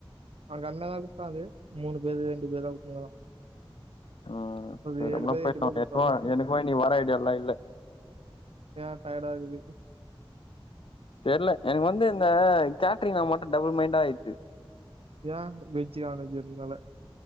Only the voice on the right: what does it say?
அங்க அண்ணதா கூப்ட்டாரு மூணு பேரு ரெண்டு பேர்தா கூப்ட்னுக்காரா
ஒரு
ஏழு
பேர்
எட்டு பேர் கூப்ட்டாங்ளா
இங்க
ஏன் டயர்டா இர்குது
ஏன் வெஜ்ஜு நான்வெஜ் இருந்தால